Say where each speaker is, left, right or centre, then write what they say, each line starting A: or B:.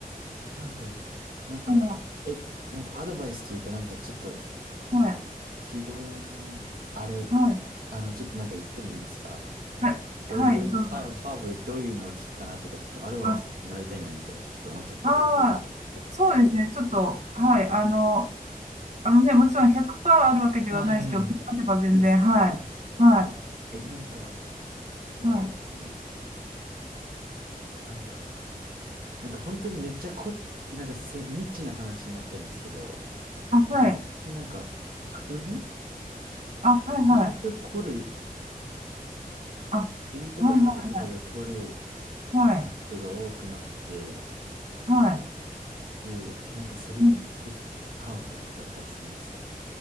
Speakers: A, on the right; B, on the right.
A: なんだろう。なんか、
B: は
A: え、なんかアドバイスというか、なんかちょっと
B: い。はい。
A: 日頃の、あれ、
B: はい。
A: あの、ちょっとなんか言ってもいいですか
B: はい。
A: ど、
B: はい。
A: どういう、
B: はいどうぞ。
A: ファブ、ファブどういうのを聞くかなとか、ちょっとアドバイスもらいたいなみたいな、
B: あ
A: ちょっと思っちゃって、
B: ああ、
A: お伺いしですけど。
B: そうですね。ちょっと、はい。あの、あのね、もちろん100%あるわけではないですけど、
A: はい。
B: あれば全然、
A: そうです。
B: はい。はい。
A: え、なんか、あの、
B: はい。
A: なんだろうな。なんか本当にめっちゃこ、なんかせ、ニッチな話になっちゃうんですけど、
B: あ、
A: なんか最近なんか、
B: はい。
A: 首
B: あ、はい、
A: 首が凝る、
B: はい。あ、は
A: 首とか肩とかが凝る
B: い、はい、はい。はい。
A: ことが多くなって、
B: はい。
A: で、なんかそれに効くハーブとかってあったりするんですか
B: うん